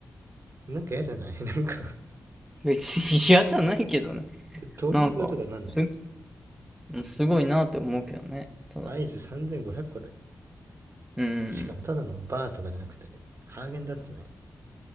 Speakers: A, on the right; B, in the centre.
A: なんか嫌じゃない <laughs> なんか、
B: 別に嫌じゃないけどね。
A: 糖尿病とかなんない
B: なんか、す、すごいなって思うけどね。ただ。
A: アイス3500個で。
B: うん。
A: しかもただのバーとかじゃなくて、ハーゲンダッツね。っ